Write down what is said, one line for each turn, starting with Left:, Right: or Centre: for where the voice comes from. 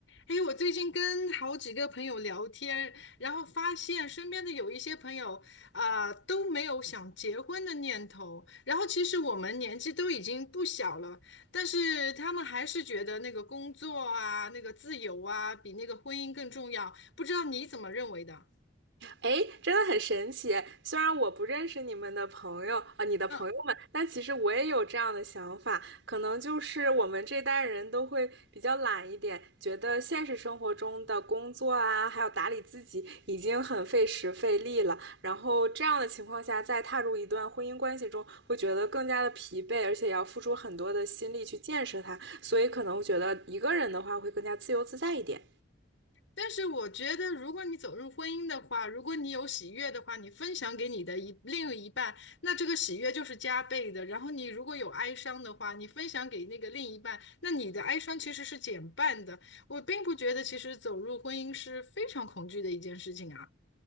Left: 哎，我最近跟好几个朋友聊天，然后发现身边的有一些朋友啊、都没有想结婚的念头。然后其实我们年纪都已经不小了，但是他们还是觉得那个工作啊、那个自由啊，比那个婚姻更重要。不知道你怎么认为的？
Right: 哎，真的很神奇。虽然我不认识你们的朋友啊、你的朋友们，
Left: 嗯。
Right: 但其实我也有这样的想法。可能就是我们这代人都会比较懒一点，觉得现实生活中的工作啊，还有打理自己已经很费时费力了。然后这样的情况下，再踏入一段婚姻关系中，会觉得更加的疲惫，而且也要付出很多的心力去建设它。所以可能我觉得一个人的话会更加自由自在一点。
Left: 但是我觉得，如果你走入婚姻的话，如果你有喜悦的话，你分享给你的一另一半，那这个喜悦就是加倍的。然后你如果有哀伤的话，你分享给那个另一半，那你的哀伤其实是减半的。我并不觉得，其实走入婚姻是非常恐惧的一件事情啊。